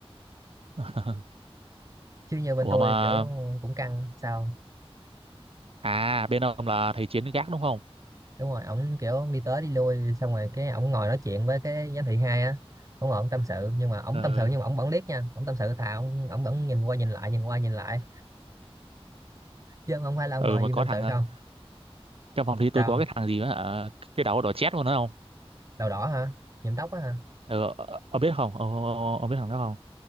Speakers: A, on the right (about 65°); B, on the right (about 30°).
A: <laughs>
B: chứ như bên
A: ủa
B: tôi
A: mà
B: kiểu cũng căng sao
A: à bên ông là thầy Chiến gác đúng không
B: đúng rồi ổng kiểu đi tới đi lui xong rồi cái ổng ngồi nói chuyện với cái giám thị hai á ổng ngồi ổng tâm sự nhưng mà ổng
A: ừ
B: tâm sự nhưng mà ổng vẫn liếc nha ổng tâm sự thà ổng ổng vẫn nhìn qua nhìn lại nhìn qua nhìn lại chứ không phải là ổng
A: ừ
B: ngồi
A: mà
B: im
A: có
B: tâm
A: thằng
B: sự
A: à,
B: không
A: trong phòng thi tôi
B: sao
A: có cái thằng gì mà hả cái đầu đỏ chét luôn đó
B: đầu đỏ hả nhuộm tóc á hả
A: Ờ, ờ, ờ, ông biết không? Ông, ông, ông biết thằng đó không?